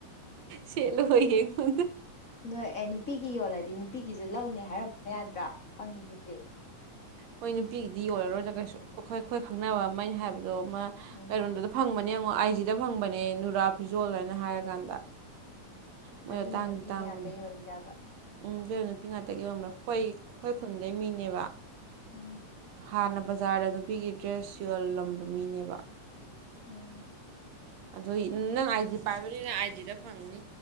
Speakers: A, on the right; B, on the left.
A: ꯁꯂ ꯍ ꯌꯦꯡꯉꯣꯟꯗ
B: ꯅꯣꯏ ꯑꯦ ꯅꯨꯄꯤꯒꯤ ꯌꯣꯜꯂꯗꯤ ꯅꯨꯄꯤꯒꯤꯁꯨ ꯂꯧꯅꯦ ꯍꯥꯏꯔꯝꯃ ꯌꯥꯗ꯭ꯔꯥ ꯐꯪꯁꯤꯗꯤ
A: ꯃꯣꯏ ꯅꯨꯄꯤꯒꯤꯗꯤ ꯌꯣꯜꯂꯔꯣꯏꯗ꯭ꯔ ꯀꯩꯁꯨ ꯑꯩꯈꯣꯏ ꯑꯩꯈꯣꯏ ꯈꯪꯅꯕ ꯑꯃ ꯍꯥꯏꯕꯗꯣꯃ
B: ꯎꯝ
A: ꯀꯩꯅꯔꯣꯝꯗꯨꯗ ꯐꯪꯕꯅꯦꯡꯉꯣ ꯑꯥꯏꯖꯤꯗ ꯐꯪꯕꯅꯦ ꯅꯨꯔꯥ ꯐꯤꯖꯣꯜ ꯍꯥꯏꯅ ꯍꯥꯏꯔꯀꯥꯟꯗ ꯃꯣꯏꯗꯣ
B: ꯑꯗꯨꯅ
A: ꯇꯥꯡꯗꯤ
B: ꯅꯨꯄꯤꯒꯤ
A: ꯇꯥꯡꯕꯅꯦ
B: ꯉꯥꯛꯇ ꯌꯣꯜꯂꯤꯔꯕ
A: ꯎꯝ ꯇ ꯅꯨꯄꯤ ꯉꯥꯛꯇ ꯌꯧꯔꯝꯕ ꯈꯣꯏ ꯈꯣꯏ ꯈꯨꯟꯗꯩ ꯃꯤꯅꯦꯕ
B: ꯎꯝ
A: ꯍꯥꯟꯅ ꯕꯖꯥꯔꯗ ꯅꯨꯄꯤꯒꯤ ꯗ꯭ꯔꯦꯁ ꯌꯣꯜꯂꯝꯕ ꯃꯤꯅꯦꯕ
B: ꯎꯝ
A: ꯑꯗꯨ ꯅꯪ ꯑꯥꯏ ꯖꯤ ꯄꯥꯏꯕꯅꯤꯅ ꯑꯥꯏ ꯖꯤꯗ ꯐꯪꯅꯤ